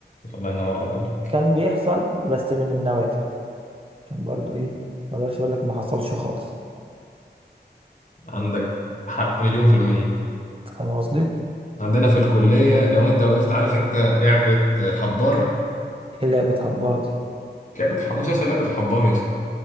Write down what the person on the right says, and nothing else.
يعني كان بيحصل بس من النوادر عشان برضو إيه ما أقدرش أقول لك ما حصلش خالص
فاهم قصدي؟
إيه لعبة هبار دي؟